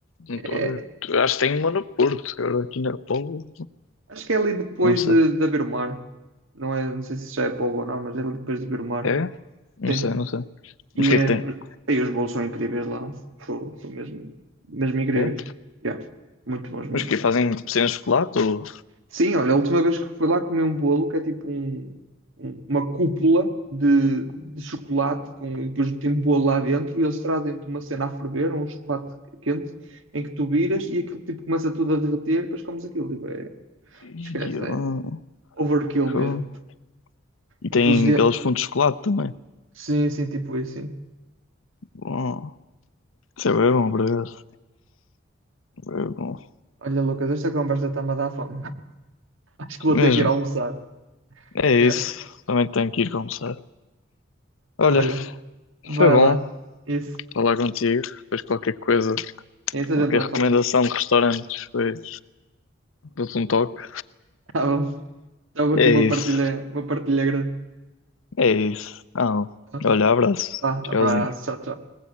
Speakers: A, on the left; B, on the right.
A: Não
B: é-
A: estou a ver. Acho que tem uma no Porto, agora aqui na Póvoa.
B: acho que é ali depois
A: Não sei.
B: de, de haver mar. Não é, não sei se já é Póvoa ou não, mas é ali depois de haver mar.
A: É? Não
B: Sim.
A: sei, não sei.
B: E,
A: Mas o que
B: eh,
A: é que tem?
B: e os bolos são incríveis lá. Fo- São mesmo, mesmo incríveis.
A: É?
B: Yeah, muito bons mesmo.
A: Mas o que fazem tipo cenas de chocolate ou.
B: Sim, olha, a última vez que fui lá comi um bolo que é tipo um- um- uma cúpula de, de chocolate com, e depois tem bolo lá dentro e eles trazem-te uma cena a ferver, um chocolate quente, em que tu viras e aquilo tipo começa tudo a derreter e depois comes aquilo. Tipo, é,
A: Ih,
B: esquece, é
A: ah,
B: overkill
A: fogo.
B: mesmo.
A: E
B: Aqueles
A: tem
B: dias.
A: aqueles fundos de chocolate também.
B: Sim, sim, tipo isso, sim.
A: Bom, isso é bem bom, por acaso. É bom.
B: Olha, Lucas, esta conversa está-me a dar fome. <laughs> Acho que vou
A: Mesmo.
B: ter que ir almoçar.
A: É
B: Yeah.
A: isso. Também tenho que ir almoçar. Olha,
B: Olha, vai
A: foi bom
B: lá. Isso.
A: falar contigo. Depois qualquer coisa,
B: Isso a
A: qualquer
B: gente vai
A: recomendação
B: falar.
A: de restaurantes, depois dou-te um toque.
B: Tá bom. Estava
A: É
B: aqui uma partilha,
A: isso.
B: uma partilha grande.
A: É isso. Ah,
B: Tá?
A: olha, abraço.
B: Vá,
A: Tchauzinho.
B: abraço, tchau, tchau.